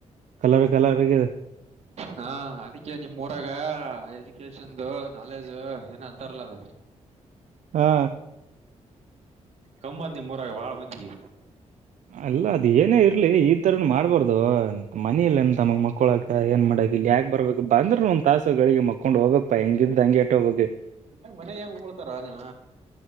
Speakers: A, on the right; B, on the right.
A: ಕಲರ್ ಕಲರ್ ಅಗೆದ.
B: ಹಾ ಅದಕ್ಕೆ ನಿಮ್ಮ್ ಊರಗ ಎಜುಕ. ಚಂದ ನಾಲೆಜ್ ಏನ ಅಂತಾರಲ ಅದ.
A: ಹಾ.
B: ಕಮ್ಮತ್ ನಿಮ್ಮ ಊರಾಗ ಬಾಳ ಮಂದಿಗ್.
A: ಅಲ್ಲ ಅದ ಏನೇ ಇರ. ಲಿ ಈ ತರ ಮಾಡ್ಬಾರ್ದದು ಮನೀ ಇಲ್ ಏನ್ ತಮ್ಮಾ ಮಕ್ಕೋಲಾಕ್ ಏನ್ ಮಾಡಕ. ಇಲ್ಲಿ ಯಾಕ ಬರ್ಬೇಕ ಬಂದ್ರನು ಒಂದ ತಾಸ ಗಳಿಗೆ ಮಕೊಂಡ್ ಹೋಗಬೇಕ ಪಾ ಹಿಂಗಿಂದ ಅಂಗೆ ಆಟ ಹೋಗಬೇಕ.
B: ಎಟ ಮನೆ ಹೆಂಗಗೆ ಉಗುಳ್ತಾರ ನೀನ.